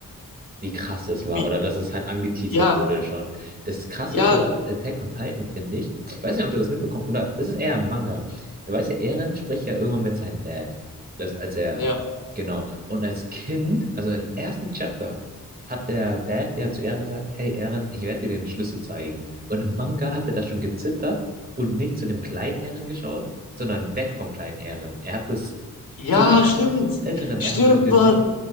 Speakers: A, on the right; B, on the left.
A: wie krass das war
B: wie,
A: oder dass es halt angeteasert
B: ja,
A: wurde schon. Das Krasseste
B: ja,
A: bei Attack on Titan, finde ich, ich weiß nicht, ob du das mitbekommst, oder das ist eher ein Manga. Du weißt ja, Eren spricht ja irgendwann mit seinem Dad. Das, als er,
B: ja,
A: genau. Und als Kind, also im ersten Chapter, hat der Dad ja zu Eren gesagt, hey Eren, ich werde dir den Schlüssel zeigen. Und im Manga hat er da schon gezittert und nicht zu dem kleinen Eren geschaut, sondern weg vom kleinen Eren. Er hat es
B: ja,
A: zum
B: stimmt,
A: älteren Eren
B: stimmt,
A: schon gesagt,
B: Mann.